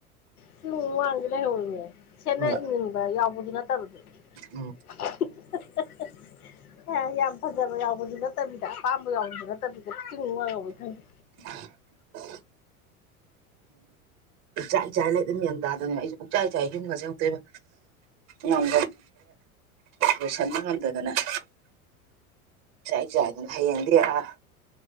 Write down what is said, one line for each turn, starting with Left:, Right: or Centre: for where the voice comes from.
Left: ꯁ ꯃꯥꯡꯗꯤꯦ ꯂꯩꯍꯧꯔꯤꯅꯦ ꯁꯦꯠꯅ
Right: ꯍꯣꯏ
Left: ꯏꯪꯅꯤꯡꯕ ꯌꯥꯎꯕꯗꯨ ꯅꯠꯇꯕꯗ <unintelligible>
Right: ꯎꯝ
Left: ꯑꯦ ꯌꯥꯝ ꯐꯖꯕ ꯌꯥꯎꯕꯁꯨ ꯅꯠꯇꯕꯤꯗ ꯑꯄꯥꯝꯕ ꯌꯥꯎꯕꯁꯨ ꯅꯠꯇꯕꯤꯗ ꯆꯤꯡ ꯅꯨꯡꯉꯡꯉꯧꯕꯩ ꯈꯪꯗꯦ
Right: <unintelligible> ꯄꯨꯥꯛꯆꯆꯥ ꯏꯆꯥꯏ ꯂꯩ ꯑꯗꯨꯝ ꯃꯟ ꯇꯥꯗꯅ ꯑꯩꯁꯨꯦ ꯄꯨꯛꯆꯥꯏ ꯏꯆꯥꯏ ꯌꯨꯝꯒꯁꯨ ꯌꯥꯛꯇꯣꯏꯕ ꯌꯥꯝ ꯑꯗꯨ ꯁꯥꯅ ꯉꯥꯟꯗ ꯈ <inaudible> ꯆꯥꯏ ꯆꯥꯏ ꯑꯗꯨꯅ ꯍꯌꯦꯡꯗꯤ ꯑꯥ